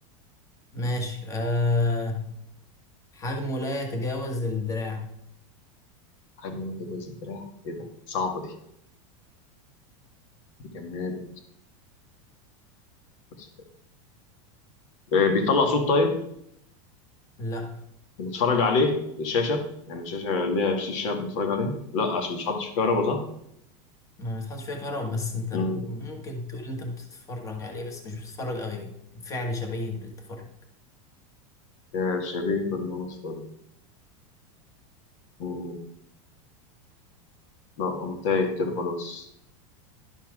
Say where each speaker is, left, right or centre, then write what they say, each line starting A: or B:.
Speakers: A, on the left; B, on the left.
A: ماشي آه حجمه لا يتجاوز الدراع
B: حجم واحد وزن دراع ايه ده صعبة دي جماد بس. آه، بيطلع صوت طيب
A: لا
B: بنتفرج عليه الشاشة يعني الشاشة ليها شاشة بنتفرج عليها لا عشان مش حاطط فيه كهرباء صح؟
A: ما بيتحطش فيها كهرباء بس انت
B: مم.
A: ممكن تقول انت بتتفرج عليه بس مش بتتفرج قوي فعل شبيه بالتفرج
B: يا شبيه بالمنصة دي. مم. لا أنا تايه كده خلاص